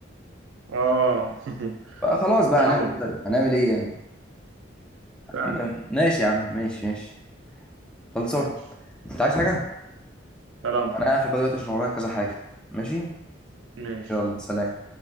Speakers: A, on the right; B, in the centre.
A: اه <laughs>
B: فخلاص بقى
A: فعلا
B: هنعمل ايه طيب هنعمل ايه يعني <clears throat>
A: فعلا
B: ماشي يا عم ماشي ماشي خلصان
A: ماشي
B: انت عايز حاجه
A: سلام
B: انا هقفل بقى دلوقتي عشان ورايا كذا حاجه ماشي
A: ماشي
B: يلا سلام